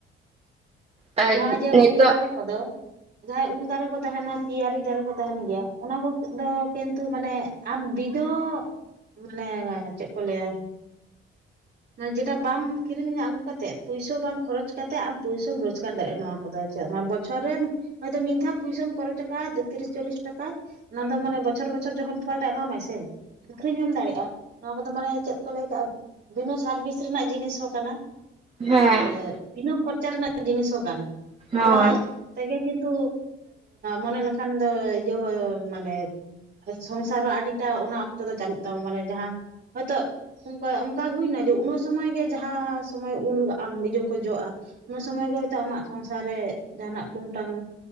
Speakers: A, on the right; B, on the right.
A: ᱟᱨ
B: ᱡᱟᱦᱟᱸ ᱡᱮ
A: ᱱᱤᱛᱚᱜ
B: ᱩᱞ ᱫᱟᱨᱮ ᱠᱚᱫᱚ ᱡᱟᱦᱟᱸᱭ ᱩᱞ ᱫᱟᱨᱮ ᱠᱚ ᱛᱟᱦᱮᱸᱱᱟ ᱯᱮᱤᱭᱟᱨᱤ ᱫᱟᱨᱮ ᱠᱚ ᱛᱟᱦᱮᱸᱱ ᱜᱮᱭᱟ ᱚᱱᱟ ᱠᱚᱫᱚ ᱠᱤᱱᱛᱩ ᱢᱟᱱᱮ ᱟᱢ ᱵᱤᱫᱟᱹ ᱢᱟᱱᱮ ᱪᱮᱫ ᱠᱚ ᱞᱟᱹᱭᱟ? ᱢᱟᱱᱮ ᱡᱮᱴᱟ ᱵᱟᱢ ᱠᱤᱨᱤᱧᱚᱜ ᱟᱹᱜᱩ ᱠᱟᱛᱮᱜ ᱯᱚᱭᱥᱟ ᱵᱟᱝ ᱠᱷᱚᱨᱚᱪ ᱠᱟᱛᱮ ᱟᱢ ᱯᱚᱭᱥᱟᱢᱢ ᱨᱳᱡᱽᱜᱟᱨᱼᱟ ᱪᱟᱨ ᱫᱟᱲᱮᱭᱟᱜᱼᱟ ᱱᱚᱣᱟ ᱠᱚᱫᱚ ᱵᱚᱪᱷᱚᱨ ᱨᱮ ᱢᱤᱫ ᱫᱷᱟᱣ ᱯᱚᱭᱥᱟᱹᱟᱢ ᱠᱷᱚᱨᱚᱪ ᱟᱠᱟᱟᱜᱼᱟ ᱛᱤᱨᱤᱥ ᱪᱚᱞᱞᱤᱥ ᱴᱟᱠᱟ ᱚᱱᱟ ᱫᱚ ᱢᱟᱱ ᱵᱚᱪᱷᱚᱨ ᱵᱚᱪᱷᱚᱨ ᱡᱚᱠᱷᱚᱱ ᱯᱷᱚᱞ ᱴᱟᱜ ᱮ ᱮᱢᱟᱢᱟᱭ ᱥᱮ ᱟ. ᱠᱷᱨᱤᱧ ᱦᱚᱸᱢ ᱫᱟᱲᱮᱭᱟᱜᱼᱟ ᱱᱚᱣᱟ ᱠᱚᱫᱚ ᱢᱟᱱᱮ ᱪᱮᱫ ᱠᱚ ᱞᱟᱹᱭ ᱠᱟᱜᱼᱟ ᱵᱤᱱᱟᱹ ᱥᱟᱨᱵᱷᱤᱥ ᱨᱮᱱᱟᱜ ᱡᱤᱱᱤᱥ ᱦᱚᱸ ᱠᱟᱱᱟ
A: ᱦᱮᱸ
B: ᱟᱨ ᱵᱤᱱᱟᱹ ᱠᱷᱚᱨᱪᱟ ᱨᱮᱱᱟᱜ ᱡᱤᱱᱤᱥ ᱦᱚᱸ ᱠᱟᱱᱟ
A: ᱦᱚᱸ
B: ᱱᱚᱣᱟ ᱛᱮᱜᱮ ᱠᱤᱱᱛᱩ ᱢᱚᱱᱮ ᱞᱮᱠᱷᱟᱱ ᱫᱚ ᱤᱭᱟᱹ ᱦᱚᱸ ᱢᱟᱱᱮ ᱥᱚᱝᱥᱟᱨ ᱦᱚᱸ ᱟᱹᱰᱤᱴᱟ ᱚᱱᱟ ᱚᱠᱛᱚ ᱫᱚ ᱪᱟᱹᱞᱩᱜ ᱛᱟᱢᱟ ᱢᱟᱱᱮ ᱡᱟᱦᱟᱸ ᱦᱚᱭᱛᱳᱠᱟ ᱚᱱᱠᱟ ᱦᱩᱭᱱᱟ ᱡᱮ ᱩᱱᱟᱹᱜ ᱥᱚᱢᱚᱭ ᱜᱮ ᱡᱟᱦᱟᱸ ᱥᱚᱢᱚᱭ ᱩᱞ ᱟᱢ ᱤᱭᱟᱹ ᱠᱚ ᱡᱚᱜᱼᱟ ᱩᱱ ᱥᱚᱢᱚᱭ ᱜ ᱟᱢᱟᱜ ᱥᱚᱝᱥᱟᱨ ᱨᱮ ᱡᱟᱦᱟᱱᱟᱜ ᱴᱩᱱᱴᱟᱝ